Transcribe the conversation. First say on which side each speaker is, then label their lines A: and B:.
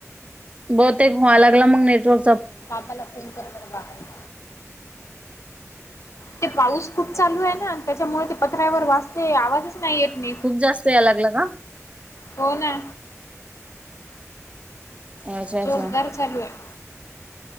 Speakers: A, on the right; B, on the left.
A: बहुतेक व्हा लागला मग नेटवर्क
B: पापाला फोन कर बरं बाबा. ते पाऊस खूप चालू आहे ना. त्याच्यामुळे ते पत्र्यावर वाजाते आवाजच नाही येत नाही.
A: खूप जास्त याला लागला का?
B: हो ना.
A: अच्छा अच्छा
B: जोरदार चालू आहे.